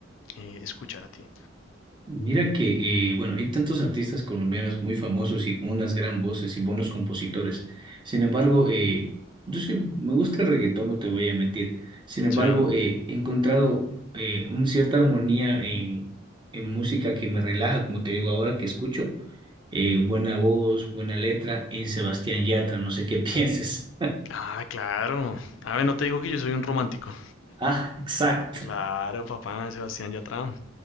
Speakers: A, on the left; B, on the right.
A: eh, escuchar a ti?
B: Mira que, eh, bueno, hay tantos artistas colombianos muy famosos y con unas gran voces y buenos compositores. Sin embargo, eh, yo sí me gusta el reggaetón, no te voy a mentir. Sin embargo,
A: Sí.
B: eh, he encontrado eh, una cierta armonía en, en música que me relaja, como te digo ahora que escucho. Eh, buena voz, buena letra en Sebastián Yatra, no sé qué <laughs> pienses.
A: Ah, claro. A ver, no te digo que yo soy un romántico.
B: Ah, exacto.
A: Claro, papá, Sebastián Yatra.